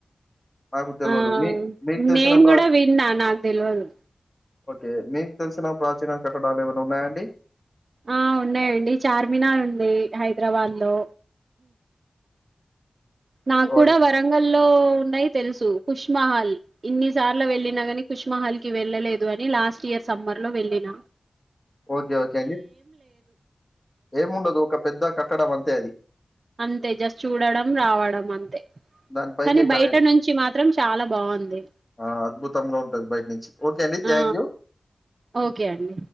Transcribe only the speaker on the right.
ఆ
నేను
కూడా విన్నా నాకు తెలవదు
ఆ ఉన్నాయండి చార్మినార్ ఉంది హైదరాబాద్ లో నాకు
కూడా వరంగలో ఉన్నాయి తెలుసు కుష్మహల్ ఇన్ని సార్లు వెళ్ళిన కానీ కుష్మహల్ కి వెళ్ళలేదు అని లాస్ట్ ఇయర్ సమ్మర్ లో ఎల్లిన
అంతే జస్ట్ చూడడం రావడం అంతే
కానీ బయట నుంచి మాత్రం చాలా బాగుంది
ఆ
ఓకే అండి